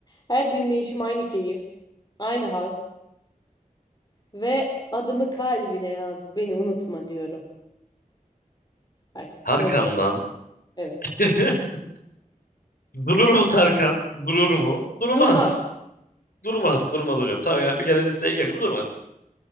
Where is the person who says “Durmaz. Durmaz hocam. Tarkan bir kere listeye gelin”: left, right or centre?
Left